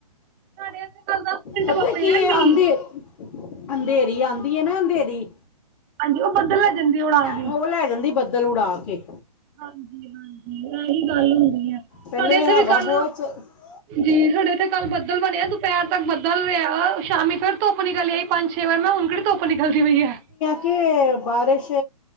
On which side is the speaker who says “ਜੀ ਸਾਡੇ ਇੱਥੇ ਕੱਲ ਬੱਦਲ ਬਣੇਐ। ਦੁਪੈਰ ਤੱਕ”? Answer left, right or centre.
Right